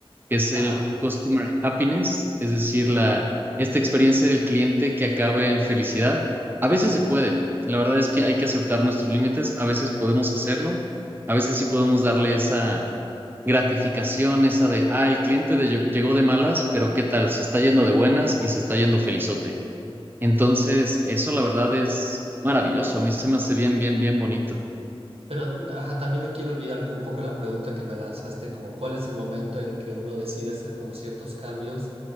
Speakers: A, on the right (about 20°); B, on the right (about 75°).
A: que es
B: Ajá,
A: el customer happiness, es decir, la, esta experiencia del cliente que acabe en felicidad. A veces se puede. La verdad es que hay que aceptar nuestros límites, a veces podemos hacerlo, a veces sí podemos darle esa gratificación esa de, ah, el cliente de- ll- llegó de malas, pero ¿qué tal? Se está yendo de buenas y se está
B: ajá.
A: yendo felizote. Entonces, eso la verdad es maravilloso. A mí se me hace bien, bien, bien bonito.
B: Pero ajá, también no quiero olvidar como un poco la pregunta que me lanzaste, como cuál es el momento en que uno decide hacer como ciertos cambios